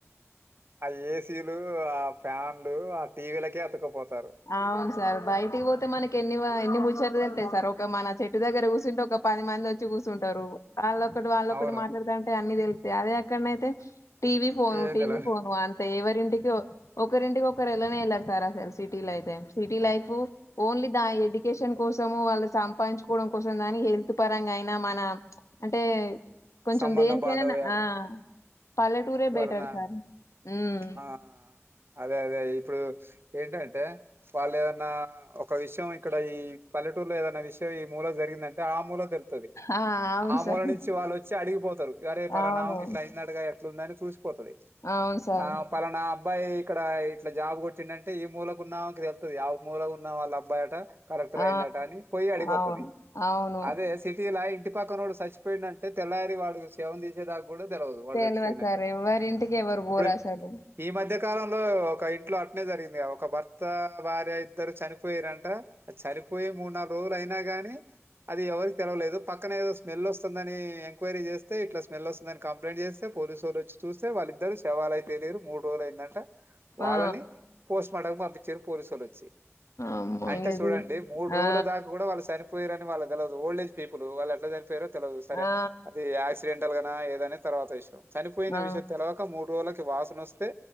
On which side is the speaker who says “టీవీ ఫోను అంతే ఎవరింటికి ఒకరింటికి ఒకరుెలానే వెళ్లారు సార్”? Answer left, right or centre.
Left